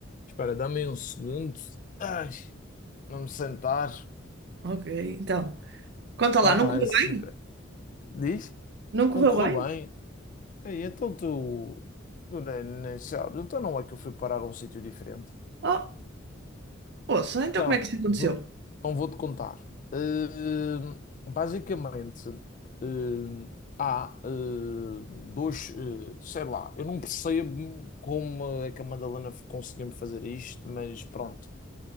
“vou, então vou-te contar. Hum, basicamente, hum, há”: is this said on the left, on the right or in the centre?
Left